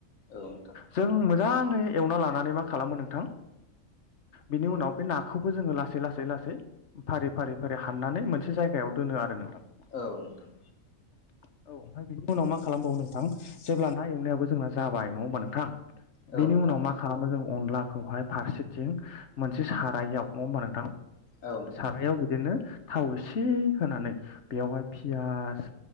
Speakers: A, on the left; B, on the left.
A: औ नोंथां।
B: जों मोजाङै एवना लानानै मा खालामो नोंथां बिनि उनाव बे नाखौबो जोङो लासै लासै लासै लासै फारि फारि फारि हाननानै मोनसे जायगायाव दोनो आरो नोंथां।
A: औ नोंथां।
B: <unintelligible> औ ओमफ्राय बेनि उनाव मा खालामबावो नोंथां जेब्ला ना एवनायाबो जोंना जाबाय नङा होमबा नोंथां।
A: औ
B: बेनि
A: नोंथां
B: उनाव मा खालामो जों अनलाखौहाय फारसेथिं मोनसे सारायाव <unintelligible> <unintelligible>
A: औ नोंथां
B: सारायाव बिदिनो थाव एसे होनानै बेयावहाय पियास